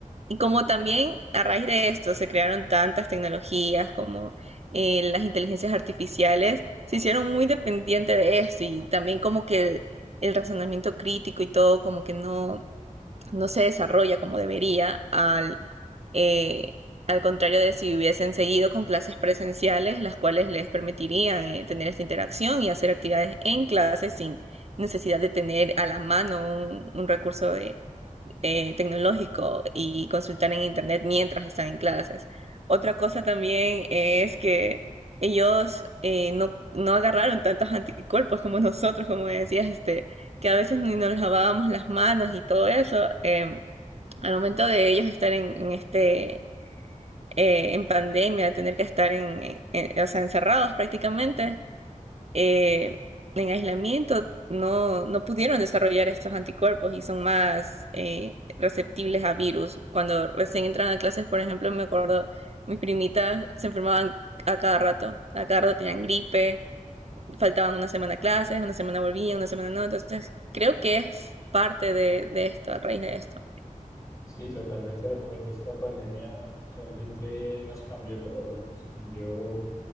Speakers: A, on the right; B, on the left.
A: y como también a raíz de esto se crearon tantas tecnologías como eh, las inteligencias artificiales, se hicieron muy dependientes de esto y también como que el, el razonamiento crítico y todo como que no, no se desarrolla como debería al, eh, al contrario de si hubiesen seguido con clases presenciales, las cuales les permitirían eh, tener esta interacción y hacer actividades en clase sin necesidad de tener a la mano un, un recurso de eh, tecnológico y consultar en internet mientras están en clases. Otra cosa también es que ellos eh, no, no agarraron tantos anticuerpos como nosotros, como decías, este, que a veces ni nos lavábamos las manos y todo eso. eh, al momento de ellos estar en, en este, eh, en pandemia, tener que estar en, en- o sea, encerrados prácticamente, eh, en aislamiento no, no pudieron desarrollar estos anticuerpos y son más eh, receptibles a virus. Cuando recién entran a clases, por ejemplo, me acuerdo, mis primitas se enfermaban a cada rato, a cada rato tenían gripe, faltaban una semana a clases, una semana volvían, una semana no, entonces creo que es parte de, de esto, a raíz de esto.
B: Sí, totalmente de acuerdo. Esta pandemia realmente nos cambió todo, nos cambió